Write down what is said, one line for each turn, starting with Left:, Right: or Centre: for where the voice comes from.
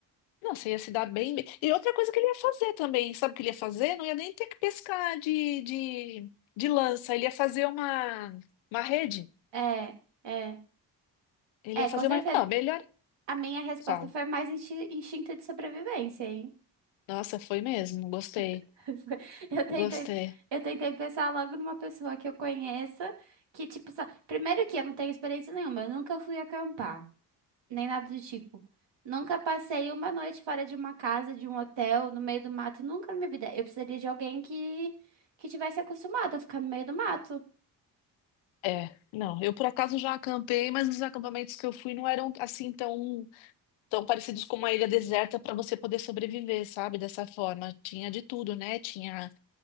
Left: Nossa, ia se dar bem. bem. E outra coisa que ele ia fazer também, sabe o que ele ia fazer? Não ia nem ter que pescar de, de, de lança, ele ia fazer uma, uma rede,
Right: É, é,
Left: ele
Right: é,
Left: ia
Right: com
Left: fazer
Right: certeza.
Left: uma... Ah, melhor,
Right: A minha resposta
Left: falo.
Right: foi mais insti- instinto de sobrevivência, hein?
Left: Nossa, foi mesmo, gostei,
Right: <laughs> Eu tentei,
Left: gostei.
Right: eu tentei pensar logo numa pessoa que eu conheça, que tipo, só... primeiro que eu não tenho experiência nenhuma, eu nunca fui acampar. nem nada do tipo. Nunca passei uma noite fora de uma casa, de um hotel, no meio do mato, nunca na minha vida. Eu precisaria de alguém que que tivesse acostumado a ficar no meio do mato.
Left: É, não, eu por acaso já acampei, mas os acampamentos que eu fui não eram assim tão tão parecidos com uma ilha deserta para você poder sobreviver, sabe? Dessa forma. Tinha de tudo, né? Tinha,